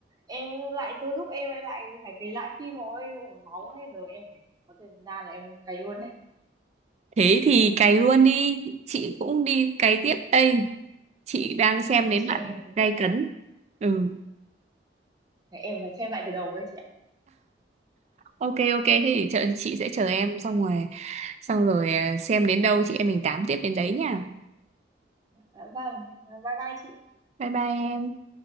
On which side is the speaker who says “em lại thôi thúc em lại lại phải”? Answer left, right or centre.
Right